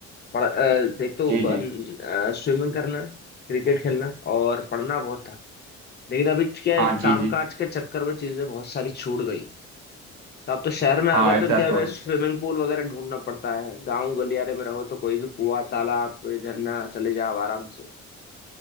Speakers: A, on the left; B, on the right.
A: पढ़ अ, एक तो
B: जी जी
A: स्विमिंग करना क्रिकेट खेलना और पढ़ना बहुत था लेकिन अभी क्या
B: हाँ
A: है कि कामकाज
B: जी जी
A: के चक्कर में चीजें बहुत सारी छूट गई तो आप तो शहर में आ
B: हाँ
A: गए
B: ऐसा
A: तो क्या हमें
B: तो है
A: स्विमिंग पूल वगैरह ढूंढना पड़ता है गाँव गलियारे में रहो तो कोई भी कुआं तालाब कोई झरना चले जाओ आराम से